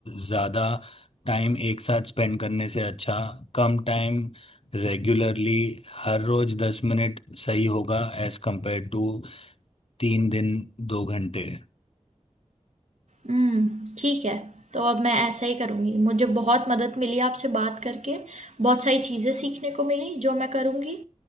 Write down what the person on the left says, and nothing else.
ज़्यादा टाइम एक साथ स्पेंड करने से अच्छा कम टाइम रेगुलरली हर रोज दस मिनट सही होगा एज कंपेयर टू तीन दिन दो घंटे